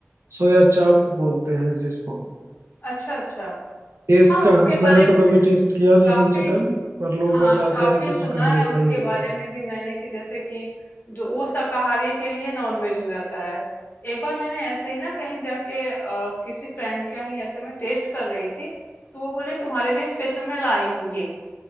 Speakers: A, on the right; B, on the left.
A: सोया चाप बोलते हैं जिसको
B: अच्छा अच्छा
A: टेस्ट
B: हाँ
A: का
B: उसके बारे
A: मैंने तो
B: में
A: कभी
B: मैं
A: टेस्ट किया नहीं
B: काफी
A: है चिकन पर लोग
B: हाँ
A: बताते
B: काफी
A: हैं कि
B: सुना
A: चिकन जैसा
B: है उसके
A: ही होता
B: बारे
A: है
B: में भी मैंने कि जैसे कि जो वो शाकाहारी के लिए नॉनवेज हो जाता है एक बार मैंने ऐसे ही ना कहीं जाके अ, किसी फ्रेंड के यहाँ ही ऐसे में टेस्ट कर रही थी तो वो बोले तुम्हारे लिए स्पेशल मैं लाई हूँ ये